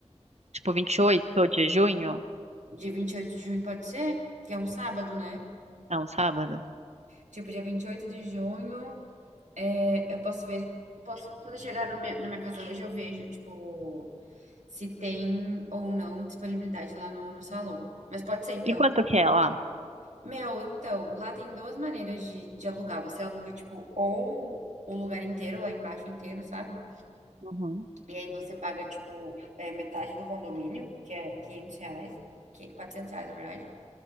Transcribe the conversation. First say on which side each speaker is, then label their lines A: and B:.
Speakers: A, on the right; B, on the right.
A: Tipo, 28 de junho?
B: dia 28 de junho pode ser? Que é um sábado, né?
A: É um sábado?
B: Tipo, dia 28 de junho, é, eu posso ver, posso, quando eu chegar no minha- na minha casa hoje, eu vejo, tipo, se tem ou não disponibilidade lá no, no salão. Mas pode ser, então,
A: E quanto que é lá?
B: Mel, então, lá tem duas maneiras de, de alugar. Você aluga, tipo, ou o lugar inteiro, lá embaixo inteiro, sabe?
A: Uhum.
B: E aí você paga, tipo, é, metade do condomínio, que é 500 reais, que, 400 reais, na verdade.